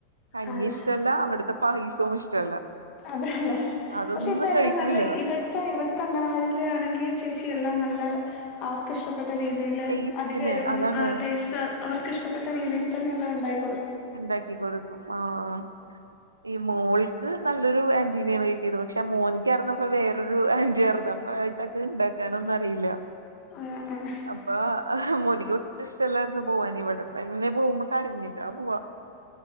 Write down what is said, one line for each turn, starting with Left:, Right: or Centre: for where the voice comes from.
Right: കഞ്ഞി
Left: ആഹ്
Right: ഇഷ് ടല്ല അവട്ത്തെ പായസോം ഇഷ്ടല്ല
Left: അതെല്ലേ
Right: അതൊന്നും
Left: പക്ഷേ ഇപ്പെ
Right: കഴിക്കൂല
Left: എല്ലാം നല്ലെ ഇബട് ത്ത ഇവട്ത്ത അംഗനവാടിയിലാണെങ്കി ചേച്ചിയെല്ലാം നല്ല അവർക്ക് ഇഷ്ടപ്പെട്ട രീതീ ല്
Right: ടേസ്റ്റിന്
Left: അധികം എരുവൊന്നും
Right: അതാണ്
Left: ആഹ് ടേസ്റ്റാ അവർക്ക് ഇഷ്ടപ്പെട്ട രീതിയില് തന്നെ എല്ലാം ഇണ്ടായി
Right: ഇണ്ടാക്കി കൊടുക്കും ആഹ് ഈ മോൾക്ക് നല്ലൊരു ആന്റീനേണ് കിട്ടിയത് പക്ഷേ മോന്ക്ക്യാരുന്നുപ്പൊ വേറൊരു ആന്റീയാര്ന്നു. അ പഴേത്തക്ക് ഇണ്ടാക്കാനൊന്നും അറിയില്ല
Left: ഏഹ് ആഹ്
Right: അപ്പോ മോനിക്ക്യൊട്ടും ഇഷ്ടല്ലാർന്നു പോവാന് ഇവിടെന്നന്നെ പോവുമ്പോ കരഞ്ഞിട്ടാ പോവാ